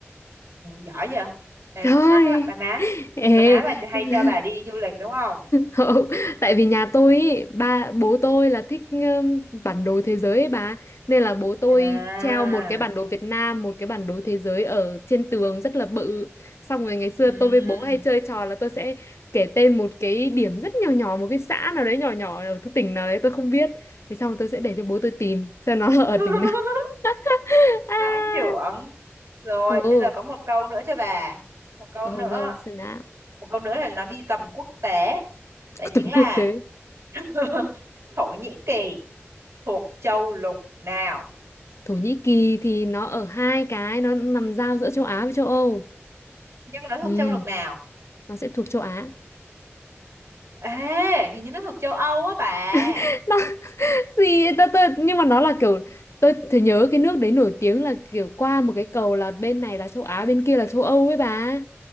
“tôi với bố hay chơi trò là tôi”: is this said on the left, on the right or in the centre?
Left